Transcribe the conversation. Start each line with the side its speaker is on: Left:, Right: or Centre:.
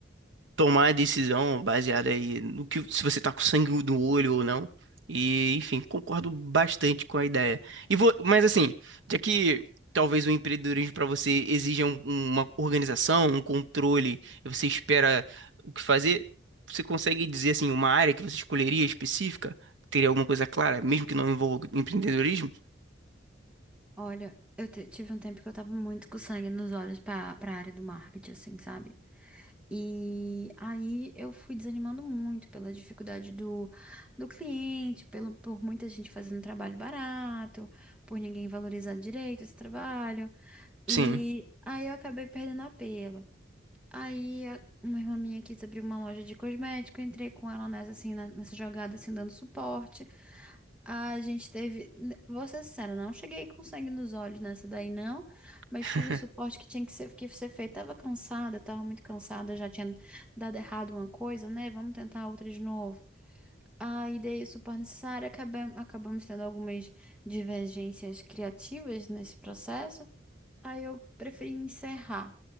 Right: tomar a decisão baseada aí no que se você tá com sangue do olho ou não. E, enfim, concordo bastante com a ideia. E vou, mas assim, já que talvez o empreendedorismo para você exija um- uma organização, um controle, e você espera o que fazer, você consegue dizer assim uma área que você escolheria específica? Teria alguma coisa clara, mesmo que não envolva empreendedorismo?
Centre: Olha, eu te- tive um tempo que eu tava muito com sangue nos olhos pra, pra área do marketing, assim, sabe? E aí eu fui desanimando muito pela dificuldade do, do cliente, pelo, por muita gente fazendo trabalho barato, por ninguém valorizar direito esse trabalho. E
Right: Sim,
Centre: aí eu acabei perdendo apelo. Aí a- uma irmã minha quis abrir uma loja de cosmético, eu entrei com ela nessa, assim, na- nessa jogada, assim, dando suporte. A gente teve, n- vou ser sincera, não cheguei com sangue nos olhos nessa daí, não, mas
Right: <laughs>
Centre: fiz o suporte que tinha que ser, que ser feito. Tava cansada, tava muito cansada, já tinha dado errado uma coisa, né? Vamos tentar outra de novo. Aí dei o suporte necessário, acabamos, acabamos tendo algumas divergências criativas nesse processo. Aí eu preferi encerrar